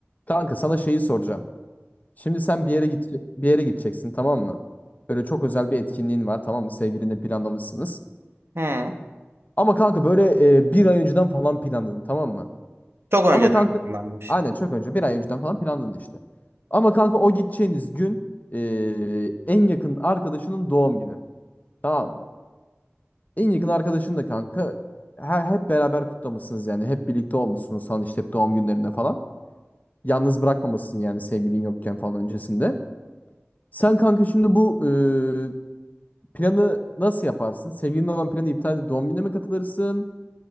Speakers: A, on the left; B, on the right.
A: Kanka sana şeyi soracağım. Şimdi sen bir yere git bir yere gideceksin tamam mı? Böyle çok özel bir etkinliğin var tamam mı? Sevgilinle planlamışsınız.
B: Hı.
A: Ama kanka böyle e, bir ay önceden falan planladın tamam mı?
B: Çok önceden
A: Ama kanka
B: planlanmış.
A: aynen çok önce bir ay önceden falan planladın işte. Ama kanka o gideceğiniz gün e, en yakın arkadaşının doğum günü tamam mı? En yakın arkadaşın da kanka her, hep beraber kutlamışsınız yani hep birlikte olmuşsunuz falan işte hep doğum günlerinde falan. Yalnız bırakmamışsın yani sevgilin yokken falan öncesinde. Sen kanka şimdi bu e, planı nasıl yaparsın? Sevgilinin olan planı iptal edip doğum gününe mi katılırsın?